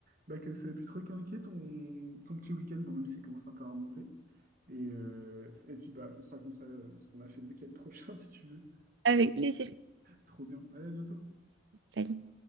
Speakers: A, on the right (about 45°); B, on the right (about 60°).
A: bah, que ça ait pu te requinquer ton, ton petit week-end, bon, même si ça commence un peu à remonter. Et, euh, et puis, bah, on se racontera euh, ce qu'on a fait le week-end prochain, <laughs> si tu veux.
B: Avec plaisir.
A: Trop bien. Allez, à bientôt.
B: Salut.